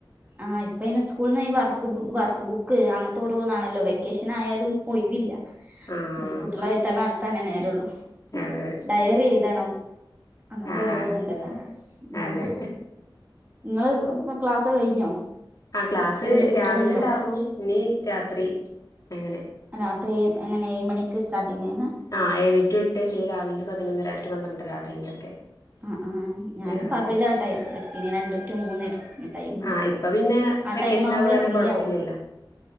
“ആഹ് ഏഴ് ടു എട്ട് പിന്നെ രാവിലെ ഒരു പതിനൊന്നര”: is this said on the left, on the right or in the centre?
Left